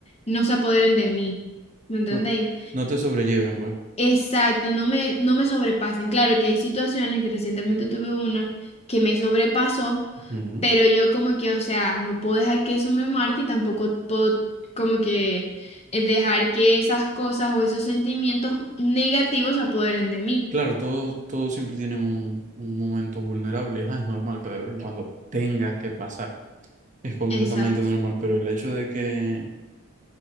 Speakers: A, on the left; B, on the right.
A: no se apoderen de mí. ¿Me entendéis?
B: No, no te sobrelleven, pues.
A: Exacto, no me, no me sobrepasen. Claro que hay situaciones que recientemente tuve una que me sobrepasó,
B: Ujú.
A: pero yo como que, o sea, no puedo dejar que eso me marque y tampoco puedo como que eh, dejar que esas cosas o esos sentimientos negativos se apoderen de mí.
B: Claro, todos, todos siempre tienen un, un momento vulnerable. Ah, es normal que de vez en cuando tenga que pasar. Es completamente
A: Exacto,
B: normal. Pero el hecho de que,